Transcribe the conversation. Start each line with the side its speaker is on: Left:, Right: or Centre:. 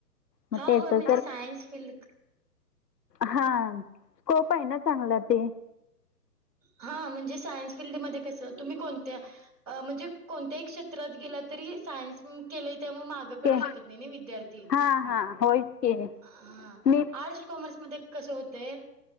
Left: मग
Right: हा
Left: त्याचं
Right: होय म्हणजे सायन्स फील्ड
Left: हा स्कोप आहे ना चांगला ते
Right: हा म्हणजे सायन्स फील्डमध्ये कसं तुम्ही कोणत्या म्हणजे कोणत्याही क्षेत्रात गेला तरी सायन्स केले तेव्हा मागं पडू
Left: के
Right: शकत नाही विद्यार्थी
Left: हां हां होयच की
Right: आ
Left: मी
Right: आर्टस कॉमर्स मध्ये कस होतंय.